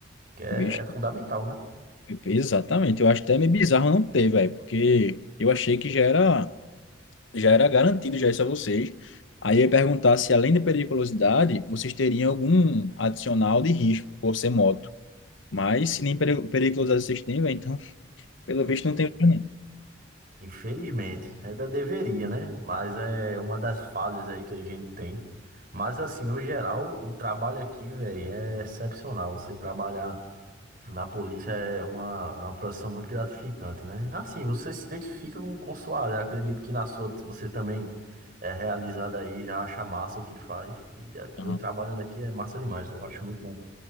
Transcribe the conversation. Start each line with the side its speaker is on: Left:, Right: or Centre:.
Right: que é,
Left: Bicho,
Right: é fundamental, né?
Left: exatamente. Eu acho até meio bizarro não ter, velho, porque eu achei que já era, já era garantido já isso a vocês. Aí eu ia perguntar se além de periculosidade, vocês teriam algum adicional de risco por ser moto. Mas se nem peri- periculosidade vocês têm, velho, então, pelo
Right: Pois
Left: visto não
Right: é.
Left: tem outro,
Right: Infelizmente, ainda deveria, né? Mas é uma das falhas aí que a gente tem. Mas assim, no geral, o trabalho aqui, velho, é excepcional. Você trabalhar na polícia é uma, é uma profissão muito gratificante, né? Assim, você se identifica com, com sua área. Acredito que na sua você também é realizado aí, já acha massa o que faz. E é,
Left: não.
Right: eu trabalhando aqui é massa demais. Eu acho muito bom.